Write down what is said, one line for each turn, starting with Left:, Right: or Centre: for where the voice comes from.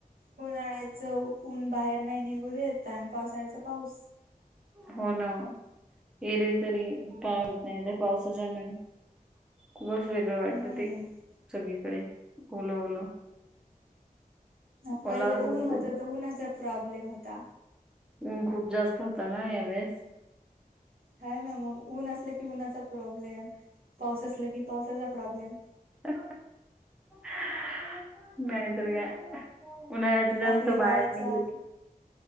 Right: उन्हाळ्याच ऊन बाहेर नाही निघून देत, आणं पावसाळ्याचा पाऊस
Centre: हो ना एरवी तरी काय होत नाही त्या पावसाच्या ह्यान खूपच वेग वेगळं वाटत
Right: हम्म
Centre: ते सगळीकडे, ओलं ओलं.
Right: ह, पहिले
Centre: ओलावाच
Right: ऊन
Centre: असते
Right: होतं त, उन्हाचा प्रॉब्लेम होता
Centre: ऊन खूप जास्त होत ना, या वेळेस?
Right: हाय ना मग, ऊन असलं की उन्हाचा प्रॉब्लेम, पाऊस असला की पावसाचा प्रॉब्लेम
Centre: हं हं नाहीतर काय उन्हाळ्याच जास्त
Right: हिवाळ्याचा
Centre: बाहेर निघल की,